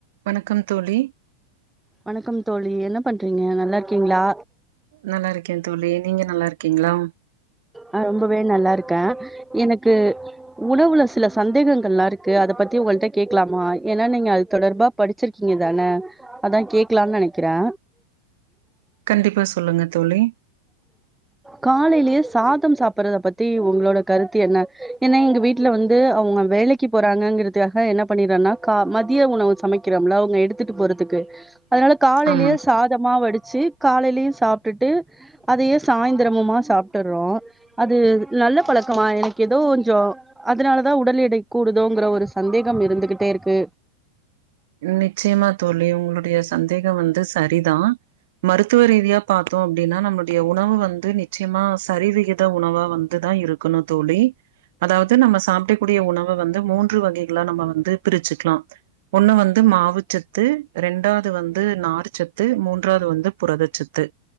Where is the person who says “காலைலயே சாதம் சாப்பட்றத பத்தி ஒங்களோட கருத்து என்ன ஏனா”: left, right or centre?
Centre